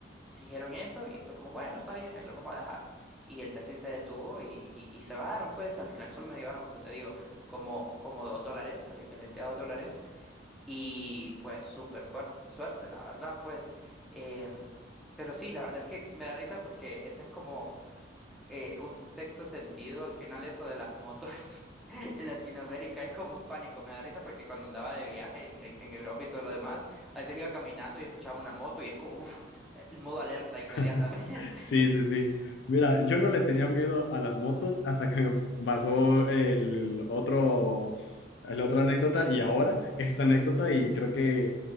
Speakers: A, in the centre; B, on the left.
A: dijeron eso y fue como, bueno, está bien, ahí lo vamos a dejar. Y el taxi se detuvo y, y, y se bajaron, pues al final solo me llevaron, como te digo, como, como dos dólares, al equivalente a dos dólares. Y pues súper fuerte, suerte, la verdad, pues. Em, pero sí, la verdad es que me da risa porque ese es como eh, un sexto sentido, al final eso de las motos <laughs> en Latinoamérica es como un pánico, me da risa porque cuando andaba de viaje en, en, en Europa y todo lo demás, a veces iba caminando y escuchaba una moto y es como, uff, el modo alerta inmediatamente.
B: <laughs> Sí, sí,
A: <laughs>
B: sí. Mira, yo no le tenía miedo a las motos hasta que me pasó el otro, la otra anécdota y ahora esta anécdota y creo que